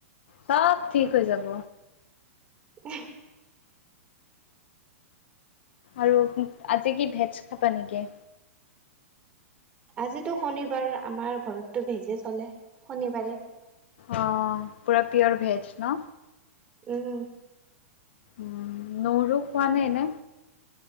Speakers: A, on the left (about 50°); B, on the right (about 15°).
A: চব ঠিক হৈ যাব।
B: এহ
A: আৰু, আজি কি ভেজ খাবা নেকি?
B: আজিতো শনিবাৰ, আমাৰ ঘৰতটো ভেজেই চলে শনিবাৰে।
A: অ পুৰা পিয়ৰ ভেজ ন
B: উম
A: উম নহৰু খোৱা নে এনে